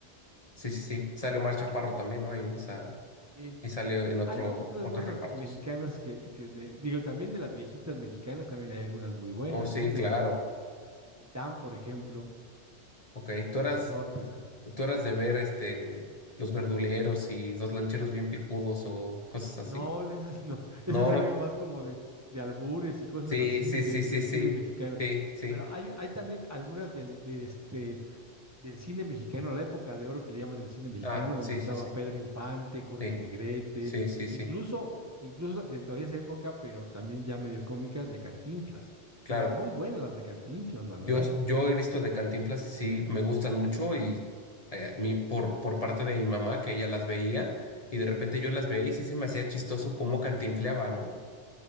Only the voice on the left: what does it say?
sí, sí, sí. Sale Omar Chaparro también, ¿no? Ahí en esa,
y sale en otro,
otros
repartos.
Oh, sí,
claro.
Ok, tú
eras,
tú eras de ver este Los Verduleros y Dos Lancheros Bien Picudos o cosas así.
No,
no.
Sí,
sí,
sí, sí,
sí.
Sí, sí.
Ah,
sí,
sí, sí.
Sí,
sí, sí, sí.
Claro.
Yo,
yo he visto de Cantinflas y sí me gustan mucho y eh, a mí por, por parte de mi mamá que ella las veía y de repente yo las veía y sí se me hacía chistoso cómo cantinfleaba, ¿no?